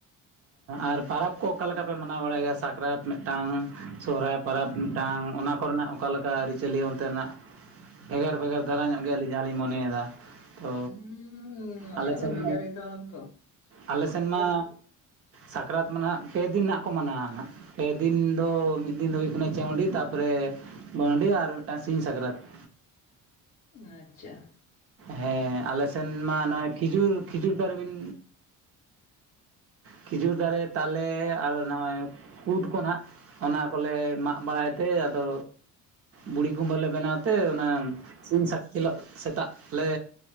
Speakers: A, on the right; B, on the left.
A: ᱟᱨ ᱯᱟᱨᱟᱵᱽ ᱠᱚ ᱚᱠᱟ ᱞᱮᱠᱟ ᱯᱮ ᱢᱟᱱᱟᱣ ᱵᱟᱲᱟᱭ ᱜᱮᱭᱟ ᱥᱟᱠᱨᱟᱛ ᱢᱤᱫᱴᱟᱝ ᱥᱚᱦᱨᱟᱭ ᱯᱟᱨᱟᱵᱽ ᱢᱤᱫᱴᱟᱝ ᱚᱱᱟ ᱠᱚᱨᱮᱱᱟᱜ ᱚᱠᱟ ᱞᱮᱠᱟ ᱟᱹᱨᱤᱪᱟᱹᱞᱤ ᱚᱱᱛᱮᱱᱟᱜ? ᱵᱷᱮᱜᱟᱨ ᱵᱷᱮᱜᱟᱨ ᱫᱷᱟᱨᱟ ᱧᱚᱜ ᱜᱮᱭᱟ ᱟᱹᱞᱤᱧ ᱡᱟᱦᱟᱸ ᱞᱤᱧ ᱢᱚᱱᱮᱭᱫᱟ ᱾ ᱛᱚ
B: ᱦᱩᱸ ᱱᱟᱥᱮᱱᱟᱜ
A: ᱟᱞᱮ ᱥᱮᱱ
B: ᱫᱚ ᱵᱷᱮᱜᱟᱨ ᱜᱮ ᱛᱟᱵᱚᱱᱟ ᱛᱚ
A: ᱟᱞᱮ ᱥᱮᱱ
B: ᱯᱚᱨᱚᱵᱽ
A: ᱢᱟ
B: ᱠᱚ᱾
A: ᱥᱟᱠᱨᱟᱛ ᱢᱟ ᱱᱟᱦᱟᱜ ᱯᱮ ᱫᱤᱱ ᱱᱟᱜ ᱠᱚ ᱢᱟᱱᱟᱣᱟ ᱱᱟᱦᱟᱸᱜ ᱾ ᱯᱮ ᱫᱤᱱ ᱫᱚ, ᱢᱤᱫ ᱫᱤᱱ ᱫᱚ ᱦᱩᱭᱩᱜ ᱠᱟᱱᱟ ᱪᱟᱹᱶᱰᱤ, ᱛᱟᱨᱯᱚᱨᱮ ᱵᱟᱹᱶᱰᱤ, ᱟᱨ ᱢᱤᱫᱴᱟᱝ ᱥᱤᱧ ᱥᱟᱠᱨᱟᱛ ᱾
B: ᱟᱪᱪᱷᱟ ᱾
A: ᱦᱮᱸ ᱟᱞᱮ ᱥᱮᱱ ᱢᱟ ᱱᱚᱜᱼᱚᱭ ᱠᱷᱤᱡᱩᱨ ᱠᱷᱤᱡᱩᱨ ᱫᱟᱨᱮ ᱵᱤᱱ ᱠᱷᱤᱡᱩᱨ ᱫᱟᱨᱮ, ᱛᱟᱞᱮ ᱟᱨ ᱱᱚᱜᱼᱚᱭ ᱠᱩᱫ ᱠᱚ ᱱᱟᱦᱟᱜ ᱾ ᱚᱱᱟ ᱠᱚᱞᱮ ᱢᱟᱜ ᱵᱟᱲᱟᱭ ᱛᱮ ᱟᱫᱚ ᱵᱩᱲᱦᱤ ᱠᱩᱢᱵᱟᱹ ᱞᱮ ᱵᱮᱱᱟᱣ ᱛᱮ ᱚᱱᱟ ᱥᱤᱧ ᱥᱟᱠ ᱦᱤᱞᱳᱜ ᱥᱮᱛᱟᱜ ᱞᱮ